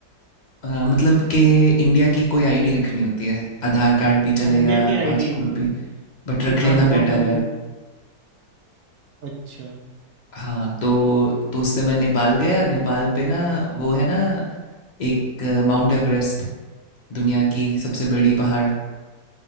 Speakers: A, on the left (about 70°); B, on the right (about 70°).
A: अ, मतलब कि इंडिया की कोई आईडी रखनी होती है। आधार कार्ड भी चलेगा,
B: हाँ, इंडिया की आईडी
A: पासपोर्ट
B: हाँ
A: भी
B: क्योंकि
A: बट रख
B: पासपोर्ट
A: लेना बेटर
B: तो फिर
A: है।
B: अच्छा
A: हाँ, तो तो उससे मैं नेपाल गया। नेपाल पे ना वो है ना एक अ, माउंट एवरेस्ट दुनिया की सबसे बड़ी पहाड़